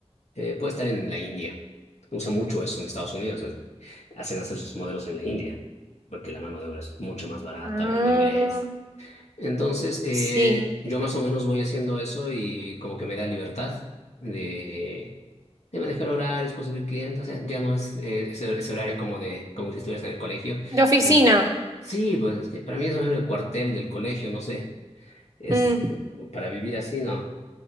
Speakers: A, on the left; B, on the right.
A: eh, puede estar en la India. Usa mucho eso en Estados Unidos. eh, Hacen hacer sus modelos en la India, porque la mano de obra es mucho más barata,
B: Ah,
A: hablan inglés. Entonces, eh,
B: sí.
A: yo más o menos voy haciendo eso y como que me da libertad de, de manejar horarios, conseguir clientes. O sea, ya no es eh, ese, ese horario como de como si estuvieras en el colegio.
B: De oficina.
A: En- Sí, pues es que para mí eso es el cuartel del colegio, no sé. Es
B: Mm,
A: para vivir así, no.